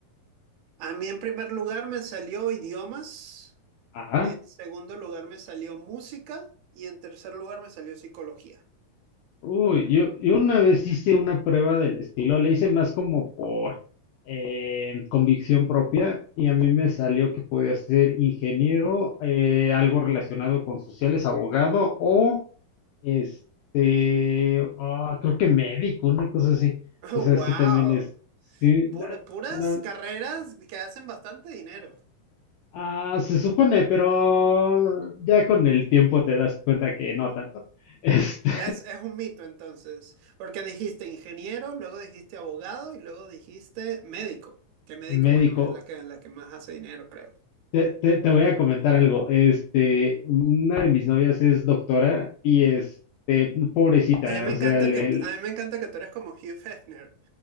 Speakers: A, on the right; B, on the left.
A: A mí en primer lugar me salió idiomas,
B: Ajá.
A: en segundo lugar me salió música y en tercer lugar me salió psicología.
B: Uy, yo, yo una vez hice una prueba del estilo, le hice más como por eh, convicción propia y a mí me salió que podía ser ingeniero, eh, algo relacionado con sociales, abogado o este, ah, creo que médico, una cosa así.
A: <laughs> ¡Wow!
B: O sea, sí también es, sí,
A: Pur-
B: na-
A: puras
B: na-
A: carreras que hacen bastante dinero.
B: ah, se supone, pero ya con el tiempo te das cuenta que no tanto. <laughs> Este,
A: Es, es un mito entonces, porque dijiste ingeniero, luego dijiste abogado y luego dijiste médico. Que médico,
B: médico.
A: bueno, es la que, la que más hace dinero, creo.
B: Te, te- te voy a comentar algo. Este, una de mis novias es doctora y este, pobrecita,
A: A mí me
B: o
A: encanta
B: sea, le,
A: que, t- a mí me encanta que tú eres como Hugh Hefner